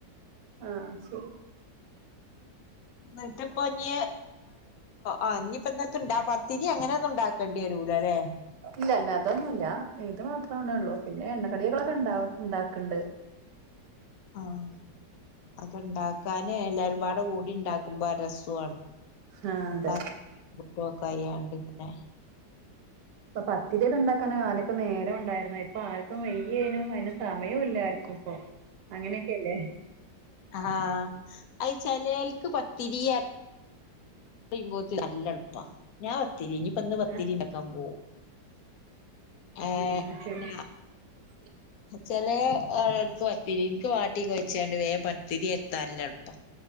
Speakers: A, on the right (about 80°); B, on the left (about 65°).
A: ആഹ ശരി <inaudible>
B: എന്നിട്ട് ഇപ്പ ഇനി ആ ഇനിയിപ്പോ ഇിട്ട ഇണ്ട പത്തിരി അങ്ങനെ ഒന്നും ഉണ്ടാക്കേണ്ടി വരുൂല അല്ലേ
A: ഇല്ല ഇല്ല അതൊന്നുമല്ല ഇത് മാത്രമാേ ഉള്ളൂ പിന്നെ എണ്ണക്കടികകളൊക്കെ ഉണ്ട ഉണ്ടാക്കണ്ട് <inaudible>
B: ആഹ അപ്പൊ ഇണ്ടാക്കാന് എല്ലാരുംപാട കൂടി ഉണ്ടാക്ക നക്കുമ്പ രസമാണ്ട്ടക്കെയണ്ട്
A: ആഹ് അതെ
B: ഇങ്ങനെ
A: അപ്പൊ പത്തിരിയൊക്കെ ഉണ്ടാക്കാന കാലൊക്കെ നേരം ഉണ്ടായിുന്ന ഇപ്പൊ ആർക്കും വയ്യേനും അതിനന് സമയവും ഇല്ല ആർക്കും അങ്ങനെയൊക്കെല്ലേ
B: ആഹ അത് ചനൽക്ക് പത്തിരി ുമ്പോ നല്ല എളുപ്പാ ഞാൻ പത്തിരി ഇനി പന്ന് പത്തിരി
A: ആഹ്
B: നക്കാൻ പോവും ആഏ
A: ആഹ് ശരി
B: എന്ത
A: <inaudible>
B: ചില ആളുകൾക്ക് പത്തിരി എനിക്ക് വാട്ടിക്ക് വച്ചണ്ട് വേ പത്തിരി എത്താനല്ല എളുപ്പ